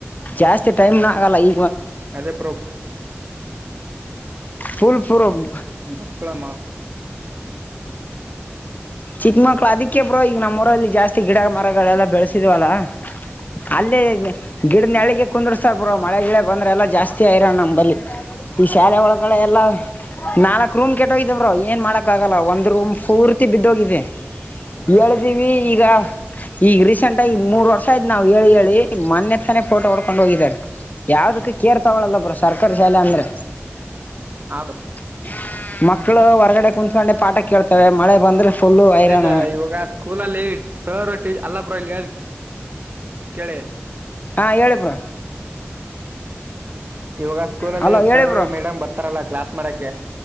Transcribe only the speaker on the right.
<unintelligible>
ಮಕ್ಕಳಮ್ಮ.
ಹ್ಮ್ಮ್ ಬ್ರೋ.
ಅಳೇಜ ಇವಾಗ ಸ್ಕೂಲಲ್ಲಿ. ಅಲ್ಲ ಬ್ರೋ ಇಲ್ಲಿ ಹೇಳೋದು ಕೇಳಿ.
ಇವಾಗ ಸ್ಕೂಲಲ್ಲಿ
ಸರ್
ಮೇಡಮ್ ಬರ್ತಾರಲ್ಲ ಕ್ಲಾಸ್ ಮಾಡಕ